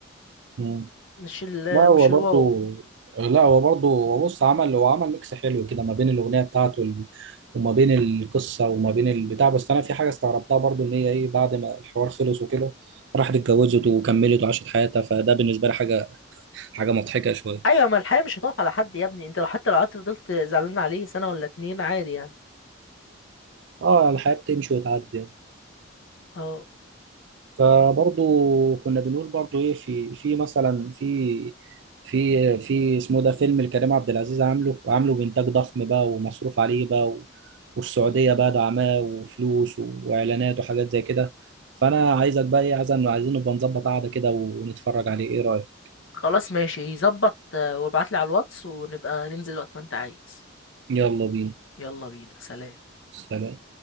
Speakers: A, on the right; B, on the left.
A: مم.
B: مش ال
A: لا هو
B: مش
A: برضه
B: الواو
A: لا هو برضه هو بص عمل هو عمل ميكس حلو كده ما بين الأغنية بتاعته ال- وما بين القصة وما بين البتاع بس أنا في حاجة استغربتها برضه إن هي إيه بعد ما الحوار خلص وكده راحت اتجوزت وكملت وعاشت حياتها فده بالنسبة لي حاجة حاجة مضحكة شوية
B: ايوه ما الحياه مش هتقف على حد يا ابني انت لو حتى لو قعدت فضلت زعلان عليه سنه ولا اتنين عادي يعني
A: اه الحياة بتمشي وتعدي
B: اه
A: فبرضو كنا بنقول برضو ايه في في مثلا في في في اسمه ده فيلم الكريم عبد العزيز عامله عامله بإنتاج ضخم بقى ومصروف عليه بقى و- والسعودية بقى دعماه وفلوس و- وإعلانات وحاجات زي كده فأنا عايزك بقى ايه عايز عايزين نبقى نظبط قعدة كده ونتفرج عليه ايه رأيك
B: خلاص ماشي ظبط آه، وابعتلي على الواتس ونبقى ننزل وقت ما انت عايز
A: يلا بينا
B: يلا بينا سلام
A: سلام